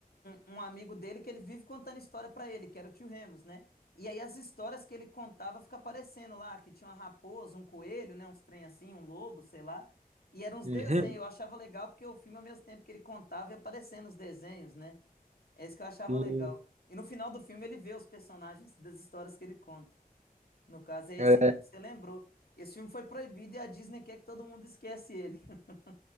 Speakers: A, on the left; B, on the right.
A: um, um amigo dele que ele vive contando história pra ele, que era o tio Remus, né? E aí as histórias que ele contava fica aparecendo lá, que tinha uma raposa, um coelho, né, uns trem assim, um lobo, sei lá. E eram uns
B: Uhum.
A: desenhos, eu achava legal porque o filme ao mesmo tempo que ele contava ia aparecendo os desenhos, né? É isso que eu achava
B: Sim.
A: legal. E no final do filme ele vê os personagens das histórias que ele conta. No caso, é esse
B: é.
A: mesmo, você lembrou. Esse filme foi proibido e a Disney quer que todo mundo esquece ele. <laughs>